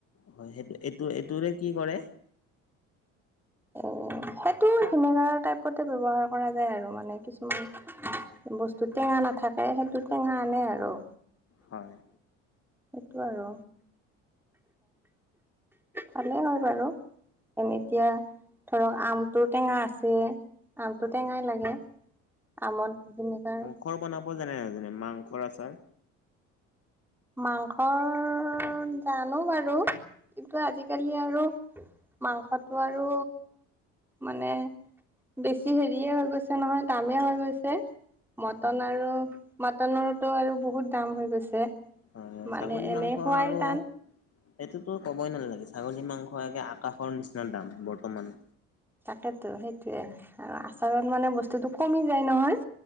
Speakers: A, on the left; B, in the centre.
A: হয় সেইটো এইটো এইটোৰে কি কৰে?
B: অহ সেইটো ভিনেগাৰ টাইপতে ব্যৱহাৰ কৰা যায় আৰু মানে কিছুমান- বস্তু টেঙা নাথাকে সেইটো টেঙা আনে আৰু-
A: হয়।
B: সেইটো আৰু, ভালে হয় বাৰু। এ এতিয়া ধৰক আমটোৰ টেঙা আছে- আমটো
A: হয়
B: টেঙাই লাগে, আমত ভিনেগাৰ-
A: চব বনাব জানে যেনে মাংসৰ আচাৰ।
B: মাংসৰ জানো বাৰু, কিন্তু আজিকালি আৰু- মাংসটো আৰু, মানে- বেছি হেৰিয়ে হৈ গৈছে নহয় দামেই হৈ গৈছে। মটন
A: হয় হয়
B: আৰু মটনৰতটো আৰু বহুত দাম হৈ গৈছে।
A: হয় হয়
B: মানে
A: ছাগলী
B: এনেই
A: মাংস
B: খোৱাই
A: আৰু-
B: টান
A: এইটোতো ক'বই নালাগে ছাগলী মাংস একে আকাশৰ নিচিনা দাম বৰ্তমান-
B: তাকেতো সেইটোয়ে আৰু আচাৰত মানে বস্তুতটো কমি যায় নহয়।